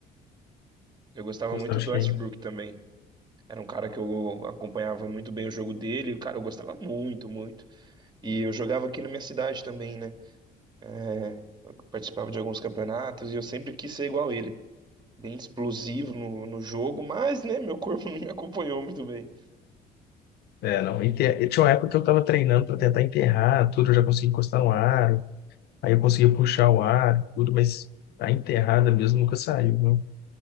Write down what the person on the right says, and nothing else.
eu gostava
muito
do
Westbrook também. Era um cara que eu acompanhava muito bem o jogo dele. Cara, eu gostava muito, muito. E eu jogava aqui na minha cidade também, né? É, eu participava de alguns campeonatos e eu sempre quis ser igual ele. Bem explosivo no, no jogo, mas, né, meu corpo <laughs> não me acompanhou muito bem.